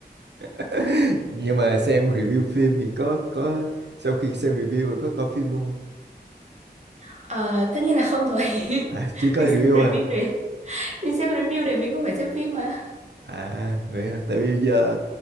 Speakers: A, on the right; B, on the right.
A: <laughs> Nhưng mà xem review phim thì có có sau khi xem review rồi có coi phim luôn không?
B: Ờ, tất nhiên là không rồi. <laughs>
A: À, chỉ coi
B: Mình xem
A: review
B: review
A: à?
B: để mình xem review để mình không phải xem phim mà.
A: À vậy hả? Tại vì giờ